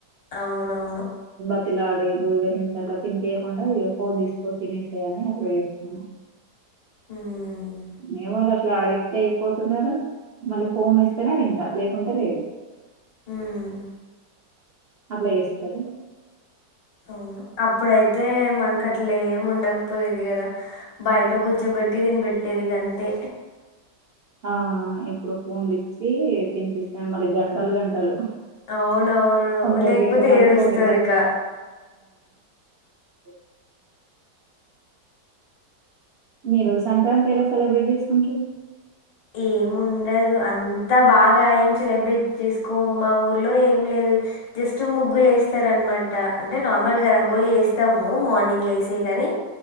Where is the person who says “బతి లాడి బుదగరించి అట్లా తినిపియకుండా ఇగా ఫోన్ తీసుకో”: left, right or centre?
Right